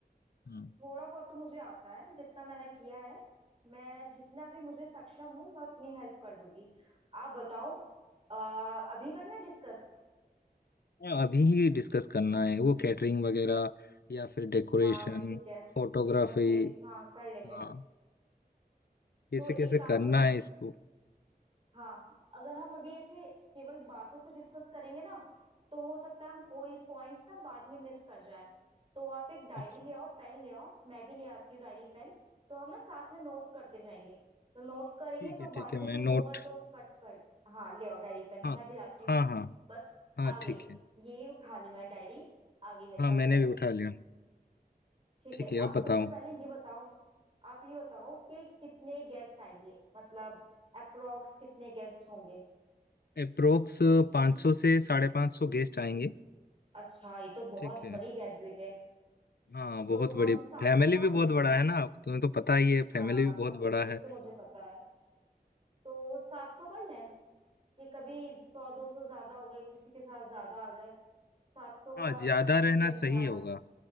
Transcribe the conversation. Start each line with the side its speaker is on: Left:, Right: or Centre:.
Left: हाँ
Right: थोड़ा बहुत तो मुझे आता है जितना मैंने किया है मैं जितना भी मुझे सक्षम हूँ मैं उतनी हेल्प कर दूंगी आप बताओ आ, अभी करना डिस्कस
Left: हाँ, अभी ही डिस्कस करना है वो कैटरिंग वगैरह या फिर डेकोरेशन
Right: हाँ ठीक है
Left: फोटोग्राफी
Right: समझ गई हाँ कर लेंगे
Left: हाँ कैसे
Right: तो
Left: कैसे
Right: एक काम
Left: करना
Right: करो
Left: है इसको
Right: हाँ अगर हम अभी ऐसे केवल बातों से डिस्कस करेंगे ना तो हो सकता है हम कोई पॉइंट्स ना बाद में मिस कर जाए तो आप एक डायरी
Left: अच्छा
Right: ले आओ पेन ले आओ मैं भी ले आती हूँ डायरी पेन तो हम ना साथ में नोट करते जाएंगे तो नोट करेंगे
Left: ठीक
Right: तो
Left: है
Right: बाद
Left: ठीक है
Right: में
Left: मैं
Right: कुछ
Left: नोट
Right: होगा तो कट कर हाँ ले आओ डायरी पेन
Left: हाँ
Right: मैं भी लाती हूँ
Left: हाँ हाँ
Right: बस
Left: हाँ
Right: आ गई
Left: ठीक है
Right: ये उठा ली मैंने डायरी आ गई मेरे
Left: हाँ
Right: पास
Left: मैंने
Right: डायरी
Left: भी उठा लिया
Right: ठीक
Left: ठीक
Right: है
Left: है
Right: अब
Left: अब बताओ
Right: सबसे पहले ये बताओ आप ये बताओ कि कितने गेस्ट आएंगे मतलब अप्रोक्स कितने गेस्ट होंगे
Left: अप्रोक्स 500 से साढ़े पाँच सौ गेस्ट आएंगे
Right: अच्छा ये तो बहुत
Left: ठीक है
Right: बड़ी गैदरिंग है
Left: हाँ बहुत
Right: तो
Left: बड़ी
Right: हम सात
Left: फैमिली
Right: सौ
Left: भी
Right: मान
Left: बहुत
Right: लें
Left: बड़ा है ना तुम्हें तो पता ही है
Right: हाँ
Left: फैमिली भी बहुत
Right: सम
Left: बड़ा है
Right: वो तो मुझे पता है तो सात सौ कर लें कि कभी सौ दो सौ ज्यादा हो गए किसी के साथ ज्यादा आ गए सात सौ
Left: हाँ
Right: का
Left: ज्यादा
Right: एस्टिमेट
Left: रहना सही
Right: बना ले
Left: होगा